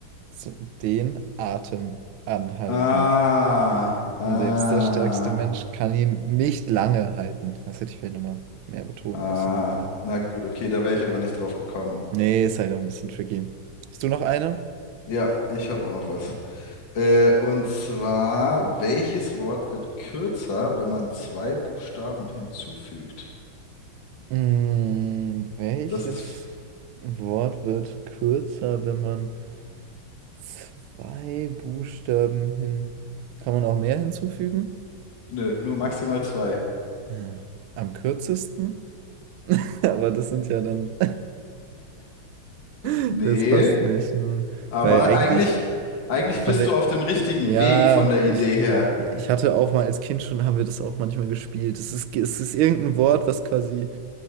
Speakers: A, on the right (about 85°); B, on the left (about 65°).
A: So, Den Atem anhalten.
B: Ah, ah.
A: Und selbst der stärkste Mensch kann ihn nicht lange halten. Das hätte ich vielleicht nochmal mehr betonen
B: Ah,
A: müssen.
B: na gut, okay, da wäre ich aber nicht drauf gekommen.
A: Nee, ist halt auch ein bisschen tricky. Hast du noch eine?
B: Ja, ich habe auch noch was. Äh, und zwar, welches Wort wird kürzer, wenn man zwei Buchstaben hinzufügt?
A: Hm, welches
B: Das ist, f-
A: Wort wird kürzer, wenn man zwei Buchstaben hin... Kann man auch mehr hinzufügen?
B: nö, nur maximal zwei.
A: Äh, Am kürzesten, <laughs> aber das sind ja dann, <laughs>
B: Nee,
A: das passt nicht. hm.
B: aber
A: Weil eigentlich
B: eigentlich, eigentlich
A: von
B: bist
A: der,
B: du auf dem richtigen
A: ja,
B: Weg von der Idee
A: ich,
B: her.
A: ich hatte auch mal als Kind schon, haben wir das auch manchmal gespielt. Es ist, es ist irgendein Wort, was quasi,